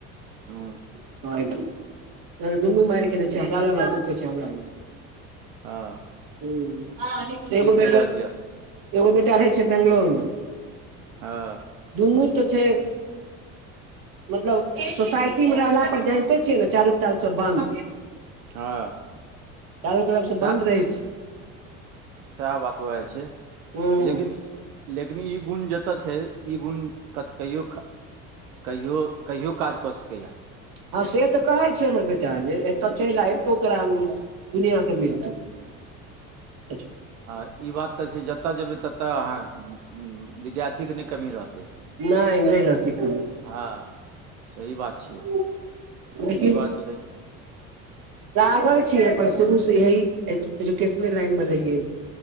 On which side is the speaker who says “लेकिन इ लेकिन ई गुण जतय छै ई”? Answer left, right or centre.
Right